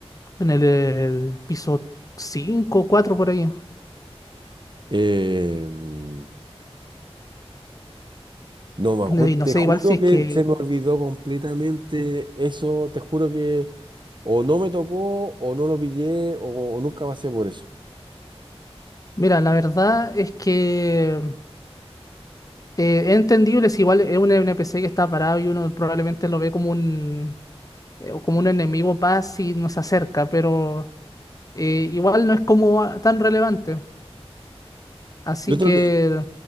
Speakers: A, on the left; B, on the right.
A: en el, el piso 5 4 por ahí.
B: Eh, mm, no me acuerdo,
A: No, y no
B: te
A: sé,
B: juro
A: igual si es
B: que
A: que,
B: se me olvidó completamente eso, te juro que O no me tocó, o no lo pillé, o, o nunca pasé por eso.
A: mira, la verdad es que eh, es entendible si igual es un NPC que está parado y uno probablemente lo ve como un, eh, como un enemigo más y nos acerca, pero eh, igual no es como a- tan relevante. Así
B: Lo otro
A: que,
B: que,